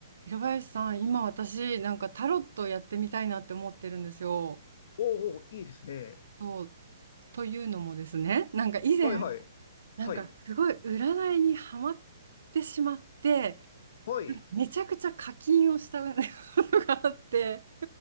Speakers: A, on the right; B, on the left.
A: 平林さん、今私、なんかタロットやってみたいなって思ってるんですよ。
B: おうおう、いいですね。
A: そう、というのもですね、なんか以前、
B: はいはい。
A: なんかすごい占いにハマってしまって、
B: はい。はい。
A: めちゃくちゃ課金をしたことがあって、